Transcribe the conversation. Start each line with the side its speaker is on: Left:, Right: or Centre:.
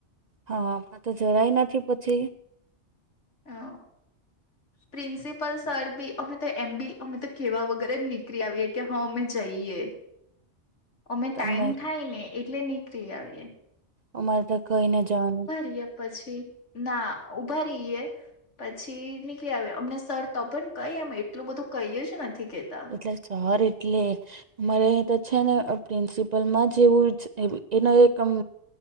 Right: હા! હમણા તો જરાય નથી પછી.
Left: હા! પ્રિન્સિપલ સર બી, અમે તો એમ બી અમે તો કહેવા વગેરે જ નીકળી આવીએ કે. હા અમે જઈએ. અમે ટાઈમ
Right: તમને
Left: થાય ને, એટલે નીકળી આવએ.
Right: અમારે તો કઈને જવાનું.
Left: રહીએ પછી ના ઉભા રહીએ. પછી નીકળી આવે અમને સર તો પણ કઈ અ એટલું બધું કહીએ જ નથી કેતા.
Right: એટલે સર એટલે અમારે તો છે ને પ્રિન્સિપલમાં જ એવું એનો એક આમ